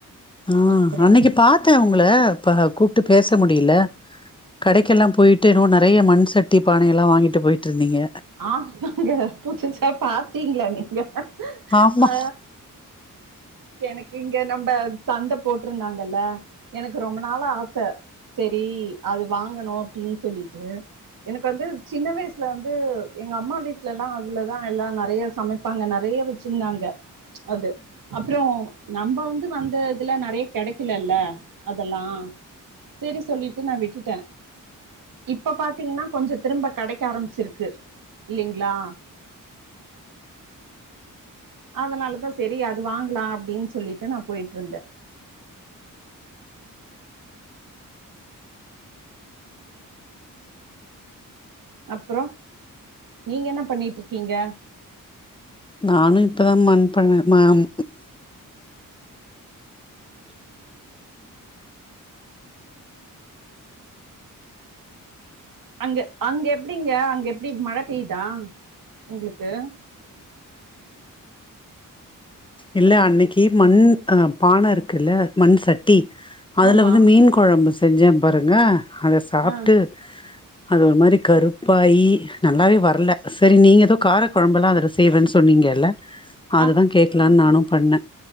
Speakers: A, on the left (about 15°); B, on the right (about 75°).
A: ஆ
B: அப்றோ
A: அன்னக்கி பாத்த உங்கள ப கூப்ட்டு பேச முடில கடைக்கெல்லாம் போய்ட்டு என்னவோ நறைய மண் சட்டி பானையெல்லா வாங்கிட்டு போயிட்டிருந்தீங்க
B: ஆமாங்க புசசா பாத்தீங்களா நீங்க
A: ஆமா
B: ஆ எனக்கு இங்க நம்ப சண்ட போட்ருந்தாங்கல எனக்கு ரொம்பனாளா ஆச செரி அது வாங்கணு அப்டின் சொல்லிட்டு எனக்கு வந்து சின்ன வயசுல வந்து எங்க அம்மா வீட்லல்லா அதுலதா எல்லாம் நெறைய சமை ப்பாங்க நறைய வெச்சிருந்தாங்க அது அப்றோ நம்ப வந்து வந்த இதுல நெறைய கெடைக்கலல்ல அதெல்லா சேரி சொல்லிட்டு நா விட்டுட்ட இப்ப பாத்தீங்கன்னா கொஞ்சோ திரும்ப கடைக்க ஆரம்பிச்சிருக்கு இல்லலைங்களா அதனாலதா செரி அது வாங்கலா அப்டின்னு சொல்லிட்டு நா போயிட்டு இருந்த அப்றோ நீங்க என்ன பண்ணிட்டு இருக்கீங்க
A: நானு இப்பதா மண் பண்ண மேம்
B: அங்க அங்க எப்டிங்க அங்க எப்டி மழ பெய்தா உங்களுக்கு
A: இல்ல அன்னைக்கி மண் அ பான இருக்குல்ல மண் சட்டி அதுல
B: ஆமா
A: வந்து மீன் கொ கொழம்பு செஞ்சே பாருங்க அத சாப்ட்டு
B: ஆ
A: அது ஒரு மாரி கருப்பாயி நல்லாவே வரல சரி நீங்க ஏதோ கார கொழம்பல்லா அதல செய்வேன்னு சொன்னீங்கல்ல
B: <unintelligible>
A: அது தா கேக்லான்னு நானு பண்ண